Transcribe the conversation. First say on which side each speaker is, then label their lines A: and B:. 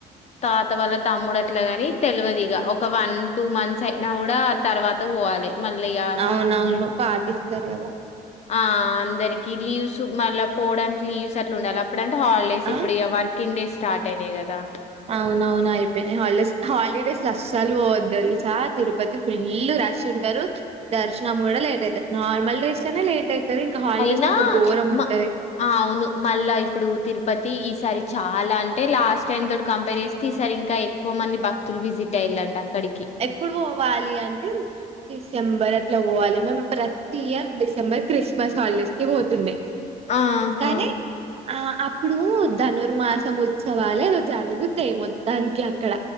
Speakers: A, on the left; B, on the right.
A: తాత వాళ్ళ తమ్ముడు అట్లా గాని తెల్వదిగ ఒక వన్ టూ మంత్స్ అయినా కూడా తర్వాత పోవాలే మళ్లయ
B: అవునవును పాటిస్తారు కదా
A: ఆ అందరికి లీవ్స్ మళ్ళా పోవడానికి లీవ్స్ అట్లా ఉండాలి అప్పుడంటే హాలిడేస్
B: ఆ
A: ఇప్పుడు వారి కింగ్ డేస్ స్టార్ట్ అయినాయి కదా
B: అవునవునా అయిపోయినాయి హాలిడేస్ హాలిడేస్ అస్సలు పోద్దు తెలుసా తిరుపతి ఫుల్లు రష్ ఉంటారు దర్శనం కూడా లేట్ అయితారు నార్మల్ డేస్ అనే లేట్ అయితు ది ఇంకా హాలిడేస్
A: అయినా
B: ఇంకాఘోరం ఉంటది
A: మ అవును మళ్ళా ఇప్పుడు తిరుపతి ఈసారి చాలా అంటే లాస్ట్ టైమ్ తోటి కంపేర్ చేస్ తీసారి ఇంకా ఎక్కువ మంది భక్తులు విజిట్ అయ్యాలంట అక్కడికి
B: ఇప్పుడు పోవాలి అంటే డిసెంబర్ అట్లా పోవాలి మేమ్ ప్రతి ఇయర్ డిసెంబర్ క్రిస్మస్ హాలిడేస్ కి పోతుండే
A: ఆహా
B: కానీ ఆ అప్పుడు ధనుర్మాసం ఉత్సవాలే రోజు అరుగుతాయి మొత్తానికి అక్కడ